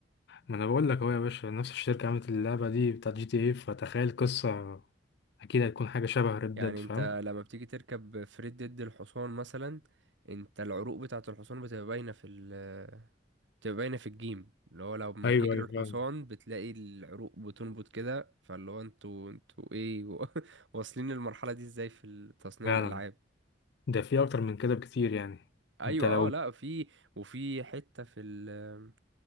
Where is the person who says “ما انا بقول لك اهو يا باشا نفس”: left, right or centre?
Left